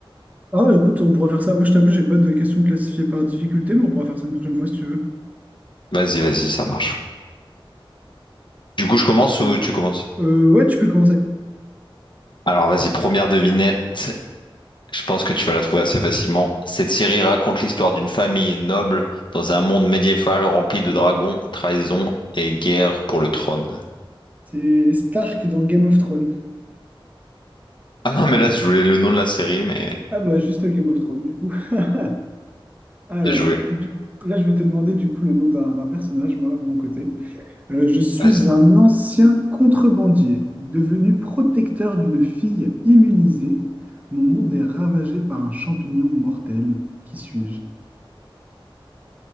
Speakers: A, on the right (about 15°); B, on the left (about 55°).
A: Ah, écoute, on pourra faire ça. Moi, je t'avoue, j'ai pas de questions classifiées par difficulté, mais on pourra faire ça une prochaine fois si tu veux.
B: Vas-y, vas-y, ça marche. Du coup, je commence
A: Allez.
B: ou tu commences?
A: Euh, ouais, tu peux commencer.
B: Alors vas-y, première devinette. Je pense que tu vas la trouver assez facilement. Cette série raconte l'histoire d'une famille noble dans un monde médiéval rempli de dragons, trahisons et guerre pour le trône.
A: C'est Stark dans Game of Thrones.
B: Ah non, mais là, je voulais le nom de la série, mais
A: Ah bah, juste Game of Thrones, du coup. <laughs> Alors,
B: bien joué.
A: du- là, je vais te demander, du coup, le nom d'un d'un personnage, moi, de mon côté. Euh, je suis
B: Vas-y.
A: un ancien contrebandier, devenu protecteur d'une fille immunisée. Mon monde est ravagé par un champignon mortel. Qui suis-je?